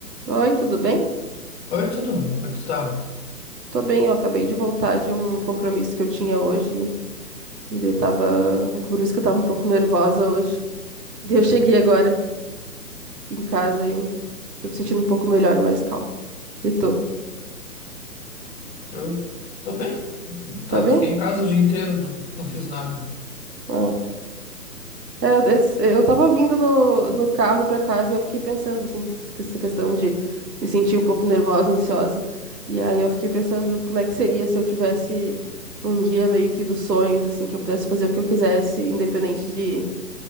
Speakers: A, on the right; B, on the left.
A: Oi, tudo bem?
B: Oi, tudo? Como é que tu tá?
A: Tô bem, eu acabei de voltar de um compromisso que eu tinha hoje e daí tava um compromisso que eu tava um pouco nervosa hoje. Daí eu cheguei agora em casa e tô me sentindo um pouco melhor, mais calma. E tu,
B: Eu tô bem.
A: tá
B: Tá,
A: bem?
B: fiquei em casa o dia inteiro, não, não fiz nada.
A: Ah. É, eu, eu tava vindo no, no carro pra casa e eu fiquei pensando assim, que que essa questão de me sentir um pouco nervosa, ansiosa. E aí eu fiquei pensando como é que seria se eu tivesse um dia meio que dos sonhos, assim, que eu pudesse fazer o que eu quisesse, independente de